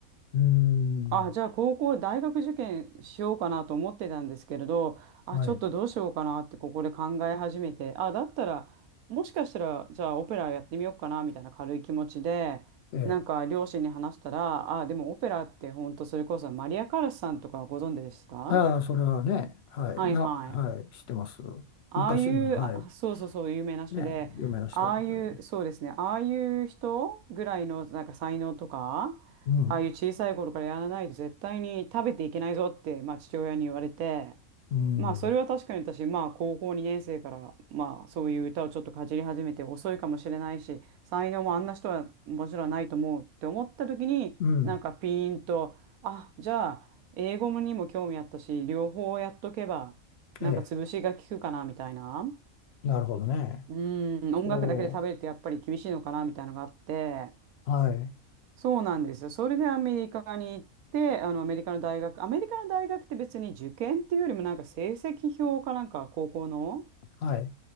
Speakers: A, on the left (about 60°); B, on the right (about 85°).
A: うーん。
B: あ、じゃあ高校、大学受験しようかなと思ってたんですけれど、あ、
A: はい。
B: ちょっとどうしようかなってここで考え始めて、あ、だったら、もしかしたら、じゃあオペラやってみようかなみたいな軽い気持ちで、
A: ええ。
B: なんか両親に話したら、あ、でもオペラって本当それこそマリア・カラスさんとかご存知ですか
A: ああ、それはね、はい。
B: はいはい。
A: な、はい。知ってます。
B: ああいう、
A: 昔の、はい。
B: あそうそうそう、有名な人で、
A: ね、有名な人ですね。
B: ああいう、そうですね、ああいう人ぐらいのなんか才能とか、
A: うん。
B: ああいう小さい頃からやらないと絶対に食べていけないぞって、まあ、父親に言われて、
A: うん。
B: まあそれは確かに私、まあ高校2年生から、まあそういう歌をちょっとかじり始めて遅いかもしれないし、才能もあんな人はもちろんないと思うって思った時に、
A: うん。
B: なんかピーンと、あ、じゃあ英語にも興味あったし、両方やっとけば、なんか潰しが効くかなみたいな。
A: ええ。なるほどね。
B: うん、音楽だけで食べるってやっぱり厳しいのかなみたいなのがあって、
A: おお、はい。
B: そうなんですよ。それでアメリカに行って、あのアメリカの大学、アメリカの大学って別に受験っていうよりもなんか成績表かなんか高校の
A: はい。